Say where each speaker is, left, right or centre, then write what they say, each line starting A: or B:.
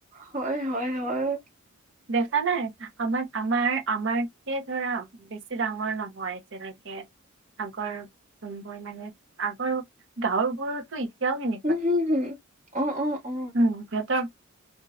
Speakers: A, on the right; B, on the right.
A: হয়-হয়-হয়।
B: দেখা নাই। আমাৰ-আমাৰ আমাৰতে ধৰা বেছি ডাঙৰ নহয়, যেনেকে- আগৰ যোনবোৰ লাগে আগৰ গাঁৱবোৰ এতিয়াও সেনেকে
A: উমঁ, হুম-হুম, অঁহ', -অঁহ', -অঁহ', -।
B: উম' সিহঁতৰ